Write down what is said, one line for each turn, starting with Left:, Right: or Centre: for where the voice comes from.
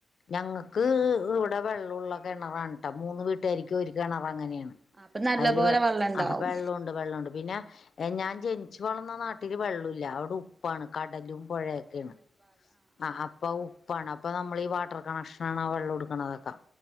Left: ഞങ്ങക്ക് ഇവിടെ വെള്ളൊള്ള കെണറാണ് ട്ടൊ മൂന്ന് വീട്ടുകാര്ക്ക് ഒര് കെണർ അങ്ങനെയാണ്
Right: അപ്പൊ നല്ല
Left: അയ്ല്
Right: പോലെ വെള്ളണ്ടാവും
Left: അഹ് വെള്ളുണ്ട് വെള്ളണ്ട്. പിന്നെ ഞാൻ ജനിച്ചു വളർന്ന നാട്ടില് വെള്ളുല്ല അവിടെഉപ്പാണ് കടലും പുഴയൊക്ക ക്കേണ് ആഹ് അപ്പൊ ഉപ്പാണ് അപ്പൊ നമ്മള് ഈ വാട്ടർ കണക്ഷനാണ് ആ വെള്ളൊട്ക്ണതൊക്കെ